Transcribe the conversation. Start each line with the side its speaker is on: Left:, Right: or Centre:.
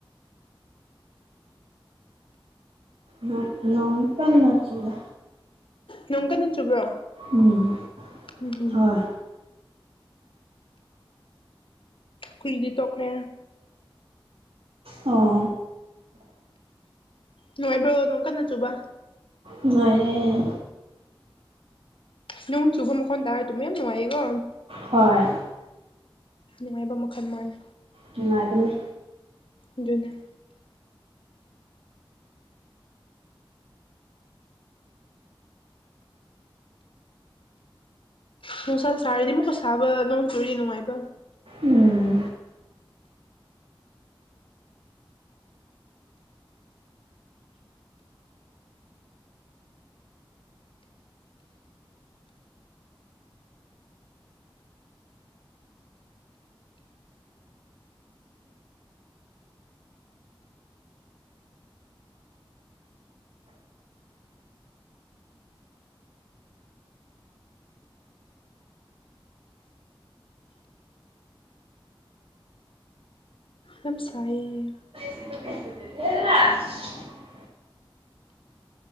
Right: ꯅꯣꯡ ꯅꯣꯡ ꯀꯟꯅ ꯆꯨꯋꯦ
Left: ꯅꯣꯡ ꯀꯟꯅ ꯆꯨꯕ꯭ꯔꯣ
Right: ꯎꯝ
Left: ꯎꯝ ꯎꯝ
Right: ꯍꯣꯏ
Left: ꯈꯨꯏꯗꯤ ꯇꯣꯛꯈ꯭ꯔꯦ
Right: ꯑꯣ
Left: ꯅꯨꯡꯉꯥꯏꯕ꯭ꯔꯣ ꯅꯣꯡ ꯀꯟꯅ ꯆꯨꯕ
Right: ꯉꯥꯏꯑꯦ
Left: ꯅꯣꯡ ꯆꯨꯕ ꯃꯈꯣꯟ ꯇꯥꯔ ꯇꯨꯝꯕ ꯌꯥꯝ ꯅꯨꯡꯉꯥꯏꯌꯦꯀꯣ
Right: ꯍꯣꯏ
Left: ꯅꯨꯡꯉꯥꯏꯕ ꯃꯈꯜ ꯃꯥꯥꯅꯦ
Right: ꯅꯨꯡꯉꯥꯏꯕꯅꯦ
Left: ꯑꯗꯨꯅꯦ ꯅꯨꯡꯁꯥ ꯁꯥꯔꯗꯤ ꯑꯃꯨꯛꯀ ꯁꯥꯕ ꯅꯣꯡ ꯆꯨꯔꯗꯤ ꯅꯨꯡꯉꯥꯏꯕ
Right: ꯎꯝ
Left: ꯌꯥꯝ ꯁꯥꯏꯌꯦ
Right: <inaudible>